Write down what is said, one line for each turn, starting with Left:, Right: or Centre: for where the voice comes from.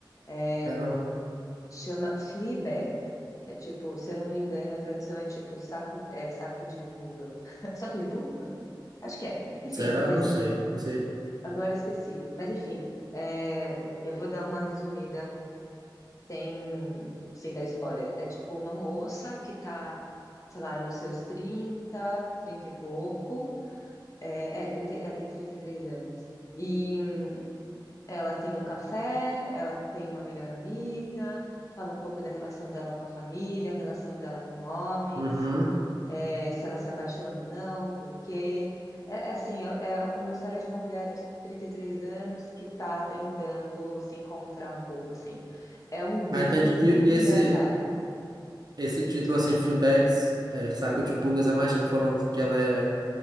Left: É,
Right: caramba.
Left: Chama Fleabag. É tipo, se eu não me engano, a tradução é tipo saco, é, saco de pulga. <laughs> Saco de pulga? Acho que é. Enfim,
Right: Será?
Left: mas
Right: Não sei, não sei.
Left: agora esqueci. Mas enfim, é, eu vou dar uma resumida sem, sem dar spoiler. É tipo uma moça que tá, sei lá, nos seus 30 30 e pouco. É, é 30, ela tem 33 anos. E ela tem um café, ela tem uma melhor amiga, fala um pouco da relação dela com a família, a relação dela com homens,
Right: Uhum.
Left: eh, se ela se apaixona ou não, por quê. É, é assim, é, é uma história de uma mulher aos 33 anos que está tentando se encontrar um pouco, assim. É um
Right: Ah,
Left: drama
Right: entendi.
Left: muito
Right: E, e esse,
Left: engraçado.
Right: esse título assim, Fleabags, é, Saco de Pulgas, é mais tipo falando que ela é...